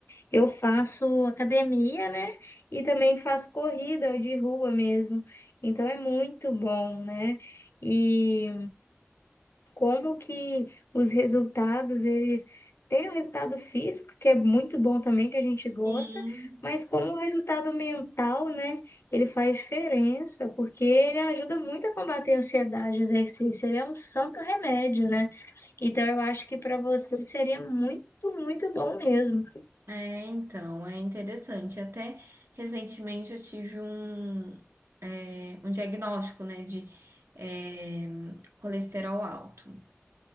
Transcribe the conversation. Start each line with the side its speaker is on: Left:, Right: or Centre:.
Left: Eu faço academia, né? E também faço corrida de rua mesmo. Então é muito bom, né? E como que os resultados, eles têm o resultado físico, que é muito bom também, que a gente gosta,
Right: Sim.
Left: mas como o resultado mental, né, ele faz diferença, porque ele ajuda muito a combater a ansiedade, o exercício, ele é um santo remédio, né? Então eu acho que para você seria muito, muito bom mesmo.
Right: É, então, é interessante. Até recentemente eu tive um, é, um diagnóstico, né, de é, colesterol alto.